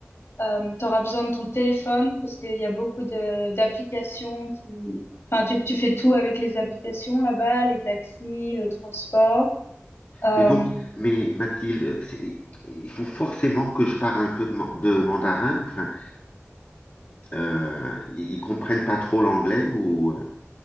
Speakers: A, on the left (about 70°); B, on the left (about 40°).
A: Euh, tu auras besoin de ton téléphone parce qu'il y a beaucoup de, d'applications qui... Enfin, tu, tu fais tout avec les applications là-bas, les taxis, le transport. Euh,
B: Mais donc, mais Mathilde, c'est- il faut forcément que je parle un peu de, man- de mandarin. Enfin, euh, ils ils comprennent pas trop l'anglais ou...